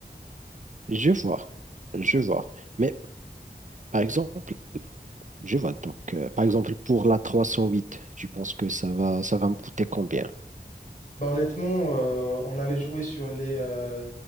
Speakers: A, on the right (about 45°); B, on the left (about 50°).
A: je vois, je vois. Mais par exemple, Je vois. Donc, euh, par exemple, pour la 308, tu penses que ça va, ça va me coûter combien?
B: Bah honnêtement, euh, on allait jouer sur les euh,